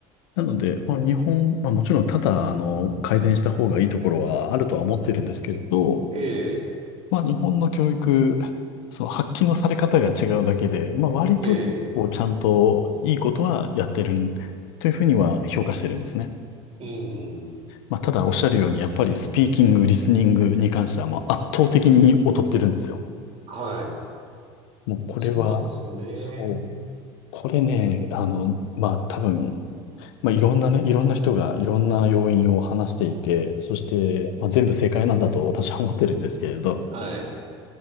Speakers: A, on the left; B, on the right.
A: なので、まあ、日本、まあ、もちろん多々、あの、改善した方がいいところはあるとは思ってるんですけれど、
B: ええ、
A: まあ、日本の教育、その発揮のされ方が違うだけで、まあ、割と、
B: ええ、
A: こう、ちゃんといいことはやってるんというふうには評価してるんですね。
B: うん、
A: まあ、ただおっしゃるように、やっぱりスピーキング、リスニングに関しては、まあ、圧倒的に劣ってるんですよ。
B: はい。
A: もうこれは、
B: そうなんですよね。
A: そう、これね、あの、まあ、多分、まあ、いろんなね、いろんな人がいろんな要因を話していて、そして、まあ、全部正解なんだと私は思ってるんですけれど、
B: はい、